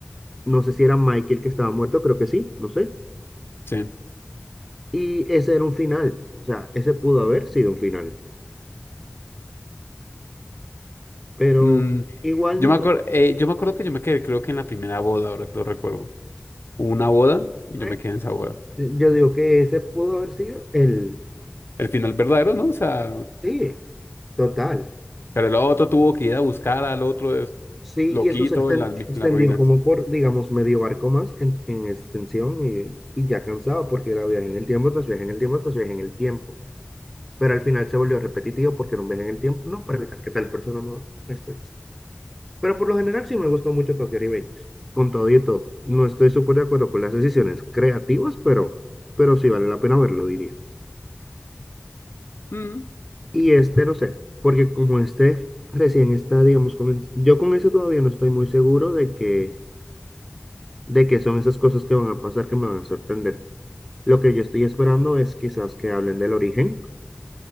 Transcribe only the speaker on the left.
Sí.
Mm,
yo
me
acuerdo, yo me acuerdo que yo me quedé, creo que en la primera boda, ahora que lo recuerdo. Hubo una boda y
yo me quedé en esa boda.
El final verdadero, ¿no? O sea,
pero el otro tuvo que ir a buscar al otro es-
loquito
en las, mi-
en las ruinas.
Mm,